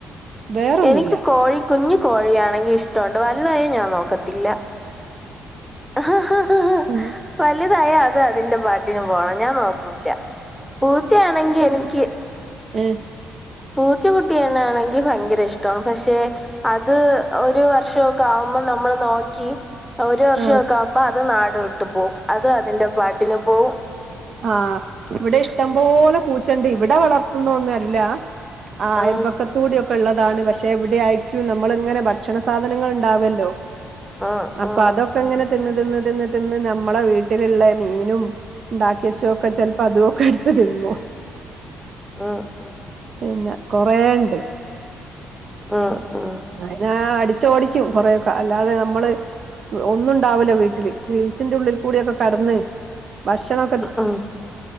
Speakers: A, on the right; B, in the centre.
A: വേറൊന്നുല്ല
B: എനിക്ക് കോഴിക്കുഞ്ഞ് കോഴിയാണെങ്കി ഇഷ്ടണ്ട് വലുതായല് ഞാൻ നോക്കത്തില്ല ആഹ്
A: ഉം
B: വല്തായൽ അത് അതിന്റെ പാട്ടിന് പോണം ഞാൻ നോക്കൂല്ല പൂച്ചയാണെങ്കി എനിക്ക്
A: ഉം
B: പൂച്ചക്കുട്ടിണ് ആണെങ്കിൽ ഭയങ്കര ഇഷ്ട പക്ഷെ അത് ഒരു വർഷൊക്കെ ആവുമ്പോൾ നമ്മള് നോക്കി. ഒരു വർഷം
A: ആഹ്
B: വെക്ക ആമ്പോ അത് നാട് വിട്ട് പോവും അത് അതിന്റെ പാട്ടിന് പോവും.
A: ആഹ് ഇവിടെ ഇഷ്ടം പോലെ പൂച്ചണ്ട് ഇവിടെ വളർത്തുന്ന ഒന്നുഅല്ല. ആഹ്
B: ഉം
A: അയൽ പക്കത്ത്. ത്തൂടി ഒക്കെ ഉള്ളതാണ് പക്ഷെ ഇവിടെയായിരിക്കും നമ്മള് ഇങ്ങനെ ഭക്ഷണ സാധനങ്ങൾ ഇണ്ടാവല്ലോ.
B: ഉം
A: അപ്പൊ
B: ഉം
A: അതൊ ക്കങ്ങനെ തിന്ന് തിന്ന് തിന്ന് തിന്ന് നമ്മള വീട്ടിലുള്ള മീനും ണ്ടാക്കി. ക്ക് ച്ചൊക്കെ ചെൽപ്പോ അതുക്കെ ടുത്ത് തിന്നു.
B: മ്
A: പിന്നെ കൊറേണ്ട്.
B: ആഹ്. മ്
A: അതിനാ അടിച്ചോടിക്കും കൊറെയൊക്കെ അല്ലാതെ നമ്മള് ഒന്നുണ്ടാവ്ല വീട്ടില്. ഗ്രിൽസിന്റെള്ളിൽ കൂടിയൊക്കെ കടന്ന് ഭക്ഷണൊ.
B: അഹ്